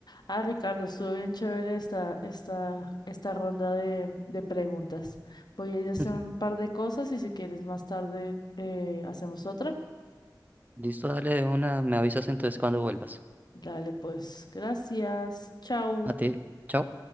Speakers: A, on the left (about 60°); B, on the right (about 20°).
A: Ah, Ricardo, estuvo bien chévere esta, esta, esta ronda de, de preguntas. Voy a ir a hacer
B: <laughs>
A: un par de cosas y si quieres más tarde eh, hacemos otra.
B: Listo, dale de una, me avisas entonces cuando vuelvas.
A: Dale, pues, gracias. Chao.
B: A ti, chao.